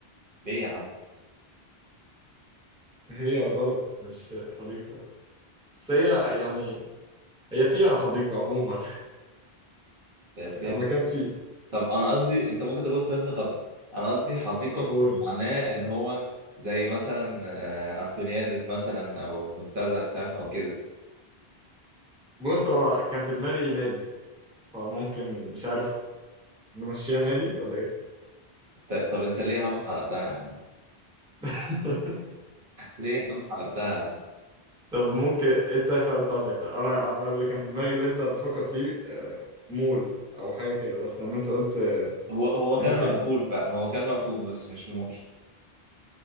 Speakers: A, on the right; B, in the centre.
A: ليه يا عم؟
B: هي غلط مش حديقة لا. بس هي يعني هي فيها حديقة عموما
A: هي فيها
B: <laughs> المكان فيه
A: طب انا قصدي انت ممكن تكون فاهمني غلط انا قصدي حديقة
B: قول
A: في معناه ان هو زي مثلا آه، انتونيادس مثلا او منتزه فاهم او كده
B: بص هو كان في دماغي نادي فممكن مش عارف نمشيها نادي ولا ايه
A: ط- طب انت ليه يا عم حرقتها يا عم؟
B: <laughs>
A: ليه يا عم حرقتها يا عم؟
B: طب ممكن انت احرق بتاعتك طب انا انا اللي كان في دماغي اللي انت بتفكر فيه آه، مول او حاجة كده بس لما انت قلت
A: هو هو
B: ممكن
A: كان مقفول فعلا هو كان مقفول بس مش مول